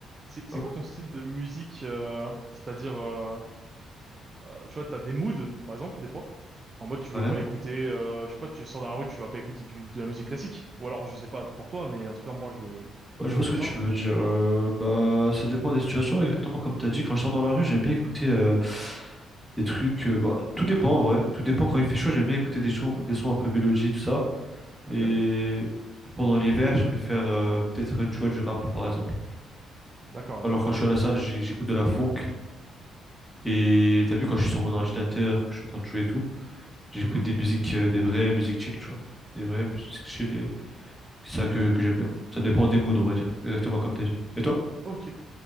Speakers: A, on the right; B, in the centre.
A: C'est c'est
B: Hop,
A: quoi ton style de musique euh, c'est-à-dire euh, euh, tu vois t'as des moods par exemple des fois en mode tu
B: Ouais.
A: veux pas écouter euh, je sais pas tu sors dans la rue tu vas pas écouter du, de la musique classique ou alors je sais pas pour toi mais en tout cas moi je
B: Ouais, je
A: je suis
B: vois
A: pas
B: ce
A: comme
B: que tu
A: ça
B: veux dire. Euh, bah, ça dépend des situations. Exactement comme tu as dit, quand je sors dans la rue, j'aime bien écouter euh, des trucs. euh, bah, tout dépend en vrai. Tout dépend quand il fait chaud, j'aime bien écouter des, sons- des sons un peu mélodie, tout ça. Et
A: ok
B: pendant l'hiver, je préfère euh, peut-être, tu vois, du rap par exemple.
A: d'accord
B: Alors
A: ouais
B: quand je suis à la salle, j'ai- j'écoute de la funk. Et t'as vu, quand je suis sur mon ordinateur, que je suis en train de jouer et tout, j'écoute
A: Mhm.
B: des musiques, euh, des vraies musiques chill, tu vois. Des vraies musiques chill. et C'est ça que, que j'aime bien. Ça dépend des moods, on va dire. Exactement comme t'as dit. Et toi?
A: ok